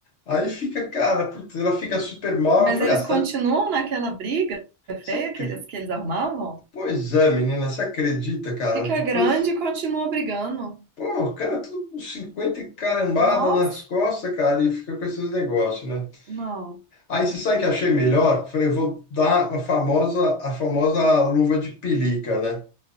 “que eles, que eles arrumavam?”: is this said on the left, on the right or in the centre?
Right